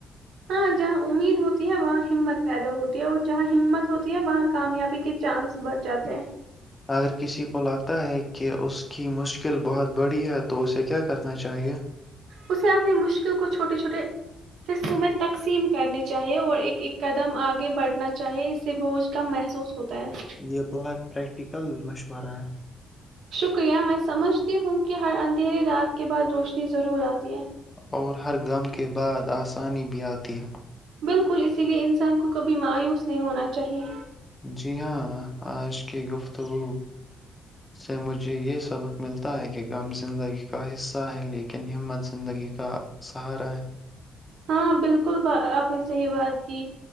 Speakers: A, on the right (about 75°); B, on the left (about 20°).
A: ہاں جہاں امید ہوتی ہے وہاں ہمت پیدا ہوتی ہے اور جہاں ہمت ہوتی ہے وہاں کی کامیابی کے چانس بڑھ جاتے ہیں
B: اگر کسی کو لگتا ہے کہ اس کی مشکل بہت بڑی ہے تو اسے کیا کرنا چاہیے
A: اسے اپنی مشکل کو چھوٹے چھوٹے حصوں میں تقسیم کرنی چاہیے اور ایک ایک قدم آگے بڑھنا چاہیے اس سے بوجھ کم محسوس ہو ہوتا ہے
B: یہ بہت پریکٹیکل مشورہ
A: شکریہ میں سمجھتی ہوں کہ ہر اندھیرے رات کے بعد روشنی ضرور آتی ہے
B: اور ہر غم کے بعد آسانی بھی آتی ہے
A: بالکل اسی لیے انسان کو کبھی مایوس نہیں ہونا چاہیے
B: جی ہاں آج کی گفتگو سے مجھے یہ سبق ملتا ہے کہ غم زندگی کا حصہ ہے لیکن ہمت زندگی کا سہارا ہے
A: ہاں بالکل بالکل آپ نے صحیح بات کی